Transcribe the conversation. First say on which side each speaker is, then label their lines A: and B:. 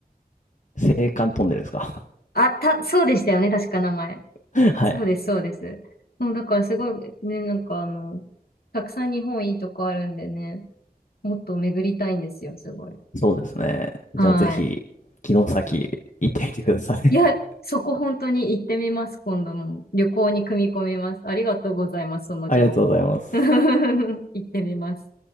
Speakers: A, on the left; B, on the left.
A: 青函トンネルですか。
B: あ、た、そうでしたよね。確か名前。
A: <laughs> はい。
B: そうです、そうです。もうだからすごいね、なんかあの、たくさん日本いいとこあるんでね、もっと巡りたいんですよ、すごい。
A: そうですね。
B: はい。
A: じゃあぜひ、城崎行ってみてください。
B: いや、
A: <laughs>
B: そこ本当に行ってみます、今度も。旅行に組み込みます。ありがとうございます、その情報。
A: ありがとうございます。
B: <laughs> 行ってみます。